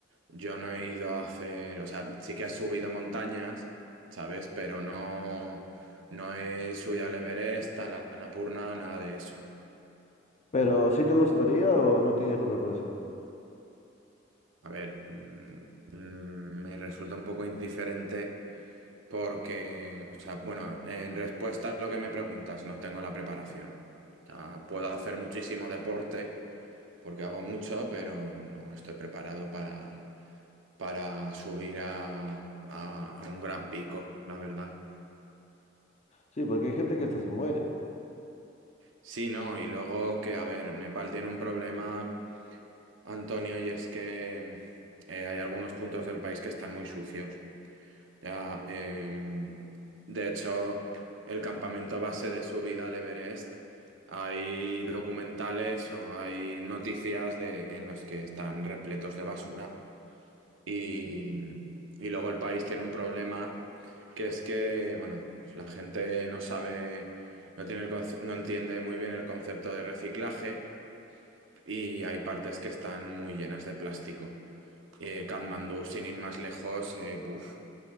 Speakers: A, on the right (about 75°); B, on the left (about 35°).
A: Yo no he ido a hacer, o sea, sí que he subido montañas, ¿sabes? Pero no, no he subido al Everest, a la Annapurna, nada de eso.
B: Pero ¿sí te gustaría o no tienes la preparación?
A: A ver, mm, mm, me resulta un poco indiferente porque, o sea, bueno, en respuesta a lo que me preguntas, no tengo la preparación. O sea, puedo hacer muchísimo deporte porque hago mucho, pero no estoy preparado para, para subir a, a a un gran pico, la verdad.
B: Sí, porque hay gente que hasta se muere.
A: Sí, no, y luego que, a ver, Nepal tiene un problema, Antonio, y es que eh, hay algunos puntos del país que están muy sucios. Ya, eh, de hecho, el campamento base de subida al Everest, hay documentales o hay noticias de, en los que están repletos de basura. Y, y luego el país tiene un problema que es que, bueno, pues la gente no sabe, no tiene el conce- no entiende muy bien el concepto de reciclaje y hay partes que están muy llenas de plástico. Eh, Katmandú, sin ir más lejos, eh, buf,